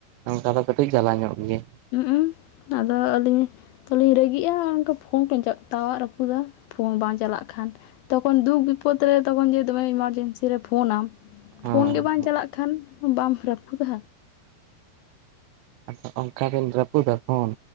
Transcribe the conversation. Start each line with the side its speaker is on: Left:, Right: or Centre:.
Right: ᱚᱱᱠᱟ ᱫᱚ ᱠᱟᱹᱴᱤᱡ ᱡᱟᱞᱟ ᱧᱚᱜ ᱜᱮᱭᱟ᱾
Left: ᱦᱩᱸᱜ ᱩᱸ ᱟᱫᱚ ᱟᱹᱞᱤᱧ ᱛᱚᱞᱤᱧ ᱨᱟᱹᱜᱤᱜᱼᱟ, ᱚᱱᱠᱟ ᱯᱷᱳᱱ ᱠᱚᱧ ᱛᱟᱣᱟᱜ ᱨᱟᱹᱯᱩᱫᱟ ᱯᱷᱳᱱ ᱵᱟᱝ ᱪᱟᱞᱟᱜ ᱠᱷᱟᱱ᱾ ᱛᱚᱠᱷᱚᱱ ᱫᱩᱠ ᱵᱤᱯᱚᱫᱽ ᱨᱮ ᱛᱚᱠᱷᱚᱱ ᱡᱮ ᱫᱚᱢᱮ ᱮᱢᱟᱨᱡᱮᱱᱥᱤ ᱨᱮ ᱯᱷᱳᱱᱟᱢ
Right: ᱦᱮᱸ
Left: ᱯᱷᱳᱱ ᱜᱮ ᱵᱟᱝ ᱪᱟᱞᱟᱜ ᱠᱷᱟᱱ ᱵᱟᱢ ᱨᱟᱹᱯᱩᱫᱟ᱾
Right: ᱟᱫᱚ ᱚᱱᱠᱟ ᱵᱮᱱ ᱨᱟᱹᱯᱩᱫᱟ ᱯᱷᱳᱱ᱾